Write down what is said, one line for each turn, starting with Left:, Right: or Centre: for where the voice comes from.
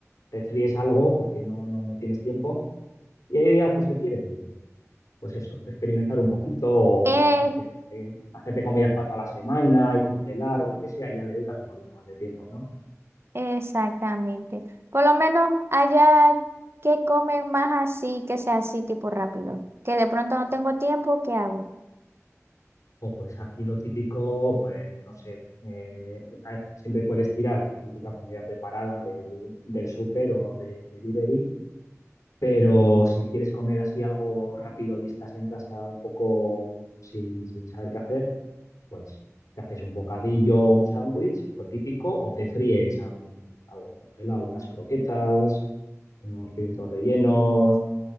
Left: te fríes algo porque no, no, no tienes tiempo y hay días pues, que quieres. eh, pues eso, experimentar un poquito o
Right: Eh,
Left: hacerte, eh, hacerte comidas para toda la semana y congelar o lo que sea, y ya le dedicas un poquito más de tiempo, ¿no?
Right: exactamente. Por lo menos allá que comen más así, que sea así tipo rápido. Que de pronto no tengo tiempo, ¿qué hago? <laughs>
Left: O pues aquí lo típico, pues no sé, eh, a- siempre puedes tirar de la típica comida preparada del, del súper o de delivery, pero si quieres comer así algo rápido y estás en casa un poco sin, sin saber qué hacer, pues te haces un bocadillo, un sándwich, lo típico, o te fríes algún, algún congelado, unas croquetas unos pimientos rellenos,